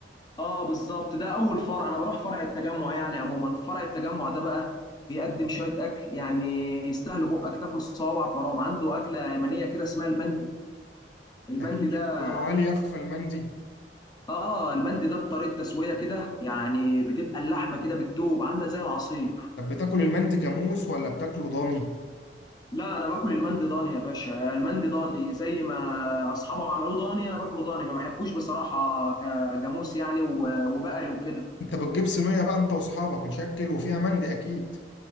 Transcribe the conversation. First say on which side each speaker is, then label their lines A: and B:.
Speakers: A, on the left; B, on the left.
A: اه بالظبط ده اول فرع انا بروح فرع التجمع يعني عموما فرع التجمع ده بقى بيقدم شويه اكل يعني يستاهلوا بقك تاكل صوابعك وراهم عنده اكله يمنيه كده اسمها المندي المندي
B: أكيد
A: ده
B: وهل يخفى المندي
A: اه المندي ده طريقه تسويه كده يعني بتبقى اللحمه كده بتدوب عامله زي العصير
B: طب بتاكل المندي جاموس ولا بتاكله ضاني
A: لا انا باكل المندي ضاني يا باشا المندي ضاني زي ما اصحابه عملوه ضاني انا باكله ضاني ما بحبوش بصراحه كجاموس يعني و- وبقري وكده
B: أنت بتجيب صينية بقى أنت وأصحابك مشكل وفيها مندي أكيد